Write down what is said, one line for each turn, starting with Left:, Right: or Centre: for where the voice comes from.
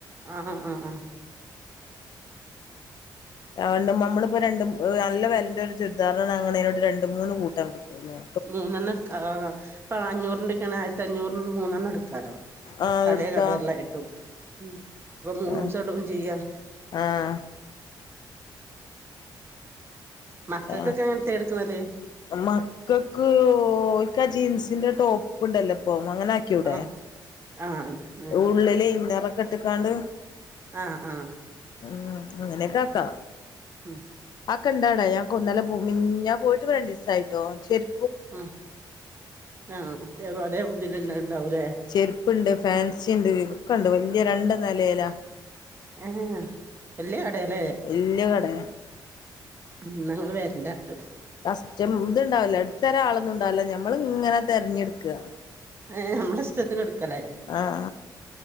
Right: ആഹാ ആഹാ
Left: രണ്ട് നമ്മളിപ്പോ രണ്ടും നല്ല വെലന്റെ ഒരു <unintelligible> രണ്ട്, മൂന്ന് കൂട്ടം കിട്ടുല്ലേ?
Right: മൂന്നെണ്ണം എടുക്ക ആഹ് ഇപ്പം അഞ്ഞൂറിൻ്റെ ഒക്കെ ആണേ ആയിരത്തി അഞൂറിൻ്റെ മൂന്നെണ്ണം എടു <unintelligible>
Left: ആ
Right: പലേ
Left: എടുക്കാ
Right: കളറിലായിട്ട് ഇട്ടു ഉം അപ്പൊ മൂന്നു
Left: ആ
Right: ദിവസം ഇടുകയും ചെയ്യാ.
Left: ആഹ്
Right: മക്കൾക്കൊക്കെ
Left: ആഹ്
Right: എങ്ങൻത്തെയാ എടുക്കുന്നത്?
Left: മക്കൾക്ക് ഓൽക്കാ ജീൻസിന്റെ ടോപ്പ് ഇണ്ടല്ലോ ഇപ്പോ അങ്ങനെ ആക്കിയൂടെ
Right: ആഹ് ആഹന്നെ
Left: ഉള്ളില് ഇന്നറൊക്കെ ഇട്ട്ക്കാണ്ട്
Right: ആഹ് ആഹ്
Left: ഉം അങ്ങനെയക്കെ ആക്കാ
Right: ഉം
Left: ആക്ക് ഇണ്ടൗടെ ഞങ്ങക്ക് ഇന്നലെ മി ഞാൻ പോയിട്ട്പ്പോ രണ്ടീസായിട്ടോ ചെര്
Right: ആഹ് ആഹ് <unintelligible> അതേ ഇതിലല്ലാം ഇണ്ടാവൂലേ?
Left: ചെരുപ്പുണ്ട് ഫാൻസി ഇണ്ട് ഒക്കെ ഇണ്ട് വല്യ രണ്ട് നലയിലാ.
Right: ഏഹാ വല്യയ കടേല്ലേ?
Left: വല്യ കടേ
Right: ഉം ഇന്നാ ഞങ്ങള് വരണ്ട അങ്ങണ്ട്.
Left: കസ്റ്റം ഇത്ണ്ടാവില്ല എടുത്ത് തരാൻ ആളൊന്നും ഉണ്ടാവില്ല നമ്മൾ ഇങ്ങനെ തെരഞ്ഞെടുക്കാ.
Right: ഏഹ് നമ്മുടെ ഇഷ്ടത്തിന് എടുക്കല്ലേ?
Left: ആഹ്